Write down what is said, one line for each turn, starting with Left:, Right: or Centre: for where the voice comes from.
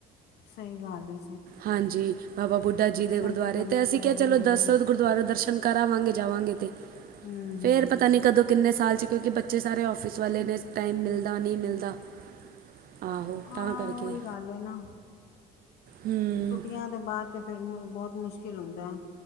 Left: ਸਈ ਗੱਲ ਏ।
Right: ਹਾਂਜੀ, ਬਾਬਾ ਬੁੱਢਾ ਜੀ ਦੇ ਗੁਰਦੁਆਰੇ,
Left: ਤਾਂ ਕਰਨੇ
Right: ਤੇ ਅਸੀਂ
Left: ਜ਼ਰੂਰੀ
Right: ਕਿਹਾ ਚਲੋ
Left: ਨੇ ਬਈ
Right: ਦੱਸੋ ਗੁਰਦੁਆਰੋ ਦਰਸ਼ਨ ਕਰ ਆਵਾਂਗੇ, ਜਾਵਾਂਗੇ ਤੇ,
Left: ਹੂੰ
Right: ਫੇਰ
Left: ਹੂੰ
Right: ਪਤਾ ਨਈ ਕਦੋਂ ਕਿੰਨੇ ਸਾਲ ਬੱਚੇ ਕਿਉਂਕਿ ਬੱਚੇ ਸਾਰੇ ਔਫਿਸ ਵਾਲੇ ਨੇ, ਟਾਈਮ ਮਿਲਦਾ, ਨਈ ਮਿਲਦਾ? ਆਹੋ
Left: ਹਾਂ
Right: ਤਾਂ ਕਰਕੇ।
Left: ਉਹੀ ਗੱਲ ਹੈ ਨਾ
Right: ਹੂੰ
Left: ਛੁੱਟੀਆਂ ਦੇ ਬਾਦ ਤੇ ਫਿਰ ਬਹੋਤ ਮੁਸ਼ਕਿਲ ਹੁੰਦਾ ਏ।